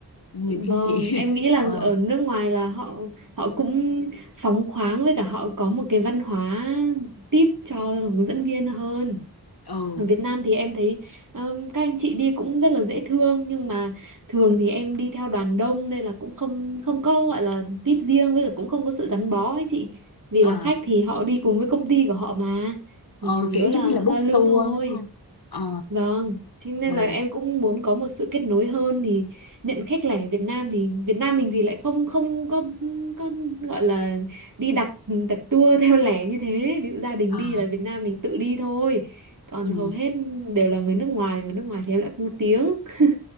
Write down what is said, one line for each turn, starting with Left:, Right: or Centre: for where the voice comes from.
Left: nhiều khi
Right: Vâng,
Left: chị
Right: em nghĩ
Left: <laughs>
Right: là
Left: ờ
Right: ở nước ngoài là họ họ cũng phóng khoáng với cả họ có một cái văn hóa tip cho hướng dẫn viên hơn.
Left: ừ
Right: Ở Việt Nam thì em thấy um, các anh chị đi cũng rất là dễ thương nhưng mà thường thì em đi theo đoàn đông nên là cũng không không có gọi là tip riêng với cả cũng không có sự gắn bó ấy chị. Vì
Left: ờ
Right: là khách thì họ đi cùng với công ty của họ mà
Left: ờ,
Right: thì chủ yếu
Left: kiểu
Right: là
Left: giống như là book
Right: giao lưu
Left: tour
Right: thôi.
Left: đúng không ờ
Right: Vâng, thế nên
Left: ờ
Right: là em cũng muốn có một sự kết nối hơn thì nhận khách lẻ Việt Nam thì Việt Nam mình thì lại không không có có gọi là đi đặt đặt tour <laughs> theo lẻ như thế. Ví dụ gia đình
Left: ờ
Right: đi là Việt Nam mình tự đi thôi. Còn
Left: ừ
Right: hầu hết đều là người nước ngoài mà nước ngoài thì em lại không có tiếng. <laughs>